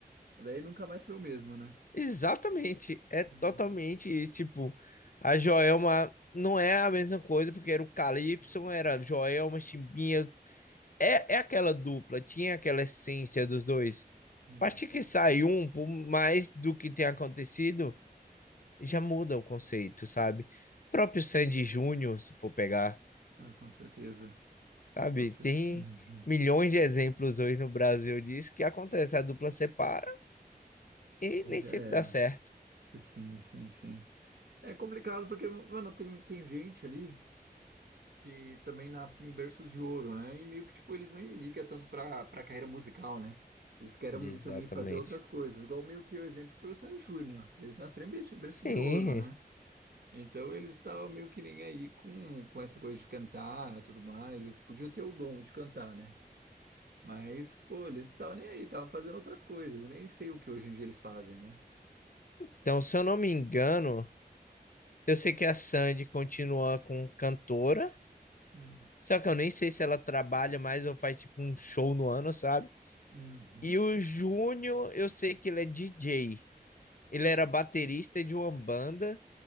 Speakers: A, on the right; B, on the left.
A: daí nunca mais foi o mesmo, né?
B: Exatamente, é totalmente
A: Uhum.
B: isso. Tipo, a Joelma não é a mesma coisa, porque era o Calypso, era Joelma, Chimbinha. É, é aquela dupla, tinha aquela essência dos dois.
A: Uhum.
B: A partir que sai um, por mais do que tem acontecido, já muda o conceito, sabe? O próprio Sandy Júnior, se for pegar,
A: Ah, com certeza.
B: sabe?
A: Você...
B: Tem
A: Uhum.
B: milhões de exemplos hoje no Brasil disso que acontece. A dupla separa e
A: Já
B: nem sempre
A: era.
B: dá certo.
A: Sim, sim, sim. É complicado porque, mano, tem, tem gente ali que também nasce em berço de ouro, né? E meio que, tipo, eles nem ligam tanto pra, pra carreira musical, né? Eles querem
B: Exatamente.
A: também fazer outras coisas. Igual meio que o exemplo foi o Sandy Júnior. Eles nasceram em berço, berço
B: Sim,
A: de ouro, né? Então eles estavam meio que nem aí com, com essa coisa de cantar e tudo mais. Eles podiam ter o dom de cantar, né? Mas, pô, eles estavam nem aí, estavam fazendo outras coisas. Nem sei o que hoje em dia eles fazem, né?
B: Então, se eu não me engano, eu sei que a Sandy continua com cantora,
A: Hum,
B: só que eu nem sei se ela trabalha mais ou faz tipo um show no ano, sabe?
A: uhum,
B: E o Júnior, eu sei que ele é DJ. Ele era baterista de uma banda,